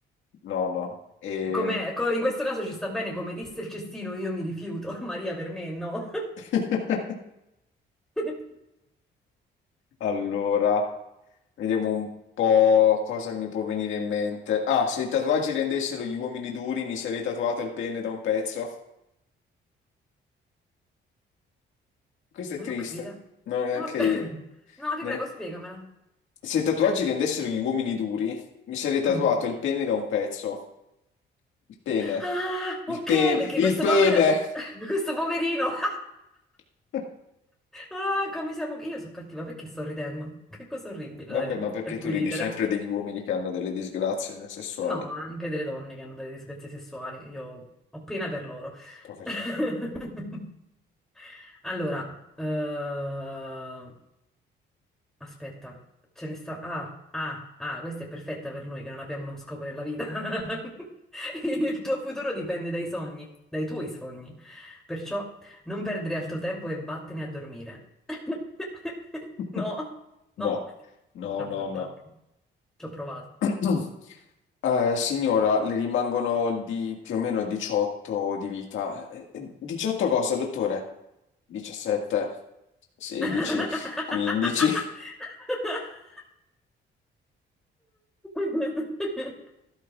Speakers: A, on the left; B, in the centre.
A: No, no. E...
B: Come, co- in questo caso ci sta bene, come disse il cestino, io mi rifiuto. <laughs> Maria, per me no.
A: <laughs>
B: <laughs>
A: Allora, vediamo un po' cosa mi può venire in mente. Ah, se i tatuaggi rendessero gli uomini duri, mi sarei tatuato il pene da un pezzo. Questo
B: Non
A: è triste.
B: l'ho capita.
A: No, neanche
B: Non l'ho... ca-
A: io.
B: <laughs> No, ti
A: Ne-
B: prego, spiegamela.
A: Se i tatuaggi rendessero gli uomini duri, mi sarei tatuato
B: Mm.
A: il pene da un pezzo. Il pene.
B: Ah, ok,
A: Il pene.
B: perché
A: Il
B: questo
A: pene!
B: povero... <laughs> questo poverino... <laughs>
A: <laughs>
B: Ah, come siamo... Io sono cattiva perché sto ridendo. Che cosa orribile,
A: Vabbè,
B: Dario,
A: ma perché
B: per
A: tu
B: cui
A: ridi
B: ridere.
A: sempre degli uomini che hanno delle disgrazie sessuali?
B: No, anche delle donne che hanno delle disgrazie sessuali. Io ho pena per loro.
A: Poverino.
B: <laughs> Allora, eh, Aspetta, ce ne sta. Ah, ah, ah, questa è perfetta per noi che non abbiamo uno scopo nella vita. <laughs> Il tuo futuro dipende dai sogni, dai tuoi sogni. Perciò non perdere altro tempo e vattene a dormire. <laughs>
A: <laughs>
B: No,
A: No,
B: no.
A: no,
B: Era
A: no,
B: brutto.
A: no.
B: Ci ho provato.
A: <clears throat> Eh, signora, le rimangono di più o meno 18 di vita. Eh, eh, 18 cosa, dottore? 17, 16,
B: <laughs>
A: 15.
B: <laughs>